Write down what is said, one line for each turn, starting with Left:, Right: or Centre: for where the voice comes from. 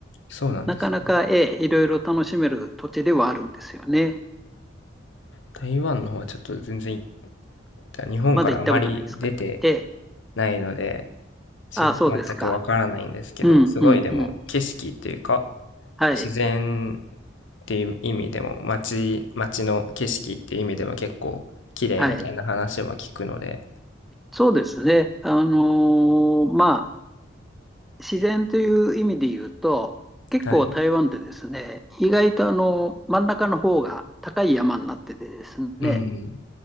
Left: そうなんです。
Centre: なかなか、ええいろいろ楽しめる土地ではあるんですよね。
Left: 台湾の方はちょっと全然行った。日本からあまり出て
Centre: まだ行ったことないですかええ、
Left: ないので、知ら全くわからないんですけど、
Centre: ああ、そうですか。うん、
Left: すごいでも景色っていうか、
Centre: うん、うん。はい、
Left: 自然っていう意味でも、街、街の景色っていう意味でも結構綺麗みたいな話は聞くので、
Centre: はい。そうですね。あのーま自然という意味で言うと、結構台湾でですね、
Left: はい。
Centre: 意外とあの真ん中の方が高い山になっててですね、
Left: うん。